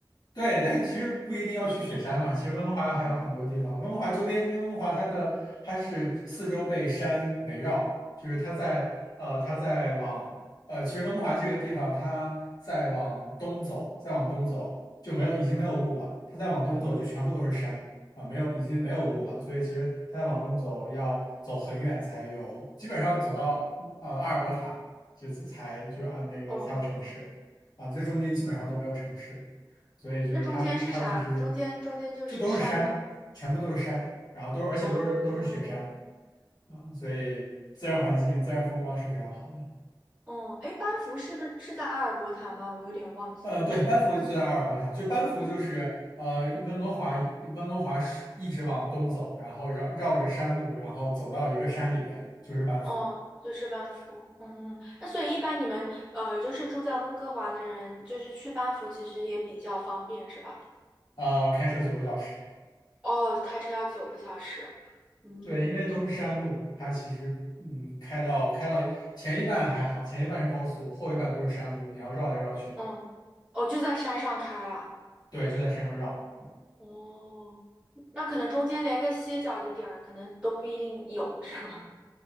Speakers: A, on the left; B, on the right.
A: 对，但是其实不一定要去雪山嘛。
B: 嗯，
A: 其实温哥华还有很多地方，
B: 嗯
A: 温哥华周边，因为温哥华它的它是四周被山围绕，就是它在呃它在往呃，其实温哥华这个地方它在往东走，再往东走就没有已经没有路了，它再往东走就全部都是山啊，
B: 嗯，
A: 没有已经没有路了，所以其实它再往东走要走很远才有，基本上要走到呃阿尔伯塔，这次才就是按那个才有城市啊，
B: 哦，
A: 这中间基本上都没有城市。所以就是它这它就是
B: 那中间是啥？中间中间就是山吗？
A: 就都是山，全部都是山，然后都而且都是都是雪山
B: 哦。
A: 啊，所以自然环境、自然风光是非常好的。
B: 哦，哎，班夫是不是是在阿尔伯塔吗？我有点忘记了
A: 呃，对，班夫就在阿尔伯塔，就班夫就是呃温哥华温哥华是一直往东走，然后绕绕着山路，然后走到一个山里边，就是班夫，
B: 哦，就是班夫。嗯，那所以一般你们呃，就是住在温哥华的人，就是去班夫其实也比较方便，是吧？
A: 呃，开车九个小时。
B: 哦，开车要九个小时。嗯
A: 对，因为都是山路，它其实嗯，开到开到前一半还好，前一半是高速，后一半都是山路，你要绕来绕去。
B: 嗯，哦，就在山上开啊。
A: 对，就在山上绕。
B: 哦，那可能中间连个歇脚的地儿，可能都不一定有，是吗？